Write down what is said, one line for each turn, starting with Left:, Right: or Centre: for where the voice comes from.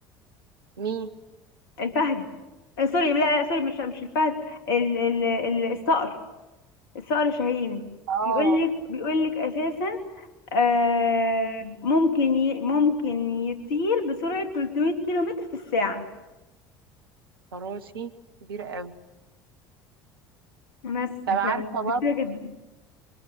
Right: مي
Left: الفهد آه، سوري لا لا سوري مش مش الفهد ال... ال... ال... الصقر الصقر الشاهين
Right: اه
Left: بيقولك بيقولك أساسا آه ممكن ي... ممكن يطير بسرعة 300 كيلو متر في الساعة
Right: فراشي كبير قوي
Left: بس فدي
Right: طب عارفة برضه
Left: كتيرة جدا